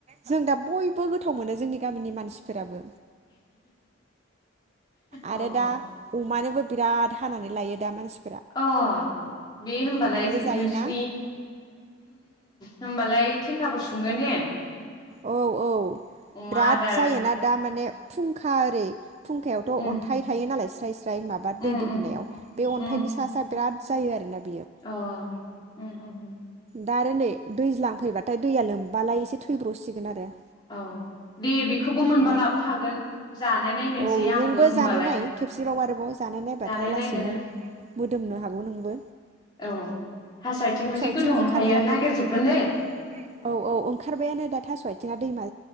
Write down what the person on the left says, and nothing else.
अ
अ बे होमबालाय
नोंसिनि
होमबालाय थेखाबो सुङो ने
अमा
आदार
उम
उम
उम
उम
अ उम उम उम।
औ दे बेखौबो मोनबा
लाबोफागोन जानाय नायनोसै
आंबो
होमबालाय
जानाय
नायगोन
औ थास आथिं जि गोथाव
मोनखायो नागिरजोबगोन दै